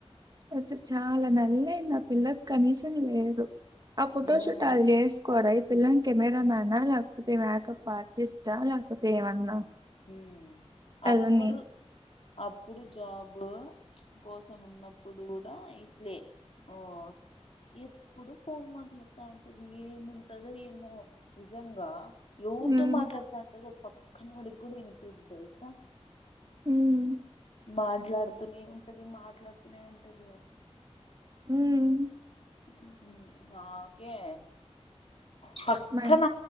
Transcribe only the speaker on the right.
అసలు చాలా నలయింది ఆ పిల్లకు కనీసం లేదు ఆ ఫోటోషూట్
అల్ చేస్కోరా ఇ పిల్లన్ కెమెరామనా లేకపోతే మేకప్ ఆర్టిస్టా లేకపోతే ఏమన్నా
ఎళ్ళని.
హ్మ్.
ఉమ్మ్మ్
ఉహ్మ్
మన్